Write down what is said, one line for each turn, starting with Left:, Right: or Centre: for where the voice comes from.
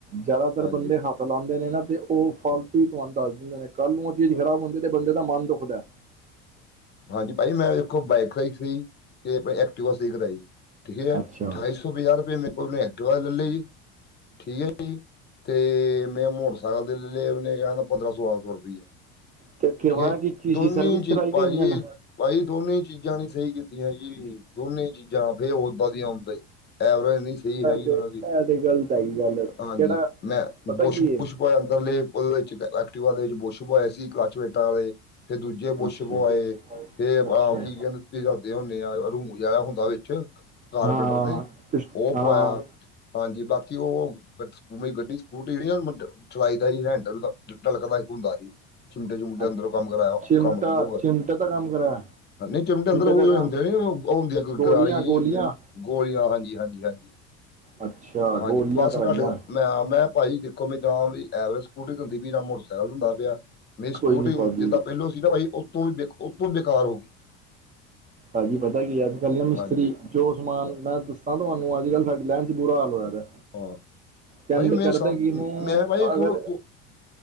Right: ਜਿਆਦਾਤਰ
Left: ਹਾਂਜੀ,
Right: ਬੰਦੇ ਹੱਥ ਲਾਉਂਦੇ ਨੇ ਨਾ ਤੇ ਉਹ ਫਾਲਤੂ
Left: ਹਾਂ,
Right: ਵੀ ਤੁਹਾਨੂੰ ਦੱਸ ਦਿੰਦੇ ਨੇ ਕੱਲ੍ਹ ਨੂੰ ਉਹ ਚੀਜ਼
Left: ਹਾਂ।
Right: ਖਰਾਬ ਹੁੰਦੀ ਤੇ ਬੰ ਦਾ ਮਨ ਦੁਖਦਾ ਹੈ।
Left: ਹਾਂਜੀ ਭਾ ਮੈਂ ਦੇਖੋ ਬਾਈਕ ਕਰਾਈਕ ਸੀਹੀ ਤੇ ਆਪਣੇ ਐਕਟਵਾਸ ਕਰਾਈ। ਠੀਕ ਹੈ
Right: ਅੱਛਾ
Left: ਅਠਾਈ ਸੌ ਪੰਜਾਹ ਰੁਪਏ ਮੇ ਕੋਲਨ ਐਕਟਵਾ ਲੈ ਲ ਜੀ ਠੀਕ ਹੈ ਜੀ। ਤੇ ਮੈਂ ਮੋਟਰਸਾਈਕਲ ਦੇ ਲੈ ਲਏ ਉਹਨੇ ਕਹਿੰਦਾ ਪੰਦਰਾਂ ਸੌ ਬਾਰਾਂ ਸੌ ਰੁਪਈਆ
Right: ਤੇ ਕਰਵਾਇਆ
Left: ਠੀਕ ਹੈ
Right: ਕੀ ਕੀ
Left: ਦੋ
Right: ਸੀ ਸਰਵਿਸ
Left: ਚ
Right: ਕਰਾਈ ਕਿ
Left: ਭ
Right: ਇੰਜਨ
Left: ਜੀ। ਭਾਈ ਦੋਨੇ ਚੀਜ਼ਾਂ ਨੀ ਸਹੀ ਕੀਤੀਆਂ ਜੀ ਦੋਨੇ ਚੀਜ਼ਾਂ ਫੇ ਆਦਾ ਸੀ ਆਉਂਦਾ। ਐਵਰੇਜਨੀ ਸਹੀ ਹੈਗੀ
Right: ਤੇ
Left: ਉਹਨਾਂ ਦੀ
Right: ਇਹ ਤੇ ਗਲਤ ਹੈਗੀ ਗੱਲ
Left: ਹਾਂਜੀ
Right: ਕਿਹੜਾ
Left: ਮੈਂ
Right: ਪਤਾ
Left: ਬੁਸ਼
Right: ਕੀ ਹੈ
Left: ਬਸ਼ ਏ ਅੰਦਰਲੇ ਉਹਦੇ ਵਿੱਚ ਐਕਟਿਵਾ ਦੇ ਵਿੱਚ ਬੋਸ਼ ਹੋਏ ਸੀ ਕਲੱਚ ਵਿੱਚ - ਤੇ ਫੇਰ ਦੂਜੇ ਬੁੱਛ
Right: ਅੱਛਾ
Left: ਪੁਆਏ
Right: ਜੀ
Left: ਫੇਰ
Right: ਅੱਛਾ
Left: ਆਹ ਕੀ ਕਹਿੰਦੇ ਦੱਸਦੇ ਹੁੰਦੇ ਆ ਰੂਮ ਜਿਹੜਾ ਹੁੰਦਾ ਵਿੱਚ ਕਾਰਪੈਂਟਰ
Right: ਹਾਂ
Left: ਦੇ
Right: ਪਿਸ-
Left: ਉਹ
Right: ਹਾਂ
Left: ਪਵਾਇਆ। ਹਾਂਜੀ ਬਾਕੀ ਉਹ ਗੱਡੀ ਸਕੂਟੀ ਜਿਹੜੀ ਚਲਾਈ ਦਾ ਹੀ ਹੈਂਡਲ ਢਲਕਦਾ ਹੀ ਹੁੰਦਾ ਸੀ। ਮੁੰਡੇ ਚੰਡੇ
Right: ਅ-
Left: ਅੰਦਰੋਂ ਕੰਮ ਕਰਾਇਆ
Right: ਚਿਮਟਾ
Left: ਕੰਮ ਬਹੁਤ
Right: ਚਿਮਟੇ ਦਾ ਕੰਮ ਕਰਾਇਆ
Left: - ਚਿਮਟੇ ਅੰਦਰ ਉਹ
Right: ਦਾ
Left: ਜਿਹੜੇ
Right: ਕੰਮ
Left: ਹੁੰਦੇ ਉਹ ਹੁੰਦੀਆਂ
Right: ਗੋਲੀਆਂ
Left: ਗਰਾਲੀਆਂ
Right: ਗੋਲੀਆਂ
Left: ਜ ਹੁੰਦੀਆਂ ਗੋਲੀਆਂ ਹਾਂਜੀ ਹਾਂਜੀ ਹਾਂਜੀ
Right: ਅੱਛਾ
Left: ਉਹ ਹਾਂਜੀ
Right: ਗੋਲੀਆਂ
Left: ਬਸ
Right: ਕਰਾਈਆਂ
Left: ਤੁਹਾਡੇ ਮੈਂ ਮੈਂ ਭਾਈ ਦੇਖੋ ਮੈਂ ਜਾ ਵੀ ਐਵਰੇਜ ਸਕੂਟੀ ਹੁੰਦੀ ਪਈ ਨਾ ਮੋਟਰਸਾਈਕਲ ਚ ਹੁੰਦਾ ਪਿਆ। ਨਹੀਂਰੀ ਸਕੂਟ
Right: ਕੋਈ ਨੀ ਭਾਜੀ
Left: ਜਿੱਦਾਂ ਪਹਿਲੋਂ ਸੀ ਨਾ ਬਾਈ ਉਤੋਂ ਵੀ ਬੇ ਉਤੋਂ ਬੇਕਾਰ ਹੋ ਗਈ।
Right: ਹਾਜੀ ਪਤਾ ਕੀ ਅੱਜ ਕੱਲ੍ਹ ਨਾ ਮਿਸਤਰੀ
Left: ਹਾਂਜੀ
Right: ਜੋ ਸਮਾਨ
Left: ਹਾਂ।
Right: ਮੈਂ ਦੱਸਾਂ ਤੁਹਾਨੂੰ ਅੱਜ ਕੱਲ੍ਹ ਸਾਡੇ ਲੈ ਬੁਰਾ ਹਾਲ ਹੋਇਆਦਾ
Left: ਹਾਂ
Right: ਚੰਡ
Left: ਭਾਈ ਮੈਂ
Right: ਕਰਦੇ
Left: ਸ
Right: ਕਿਨ
Left: ਮੈਂ ਭਾਈ ਦੇਖੋ
Right: ਅਗਰ